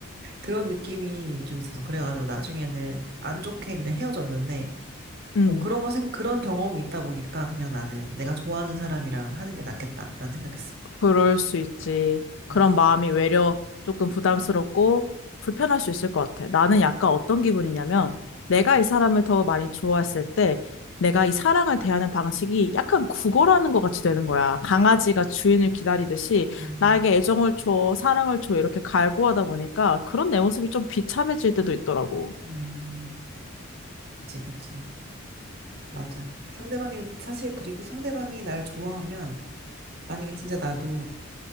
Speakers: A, on the right (about 50°); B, on the left (about 65°).
A: 그런 느낌이 좀 있어서. 그래가지고 나중에는 안 좋게 그냥 헤어졌는데
B: 음,
A: 뭐 그런 거, 생, 그런 경험이 있다 보니까 그냥 나는 내가 좋아하는 사람이랑 하는 게 낫겠다. 는 생각했어.
B: 그럴 수 있지. 그런
A: 음,
B: 마음이 외려 조금 부담스럽고 불편할 수 있을 것 같아. 나는 약간 어떤 기분이냐면 내가 이 사람을 더 많이 좋아했을 때 내가 이 사랑을 대하는 방식이 약간 구걸하는 것 같이 되는 거야. 강아지가 주인을 기다리듯이
A: 음,
B: 나에게 애정을 줘, 사랑을 줘 이렇게 갈구하다 보니까 그런 내 모습이 좀 비참해질 때도 있더라고.
A: 음, 그치, 그치. 맞아. 상대방이, 사실 그리고 상대방이 날 좋아하면 만약에 진짜 나도